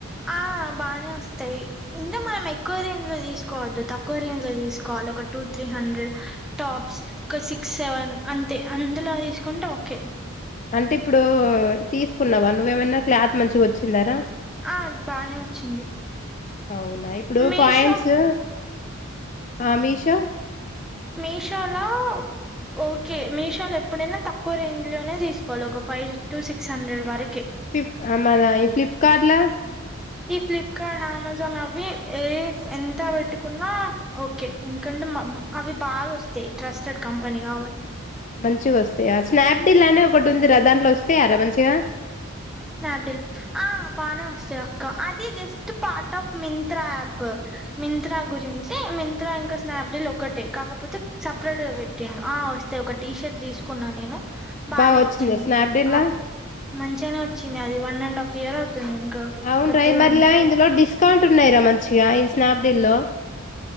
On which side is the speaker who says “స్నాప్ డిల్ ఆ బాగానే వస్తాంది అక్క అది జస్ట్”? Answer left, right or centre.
Centre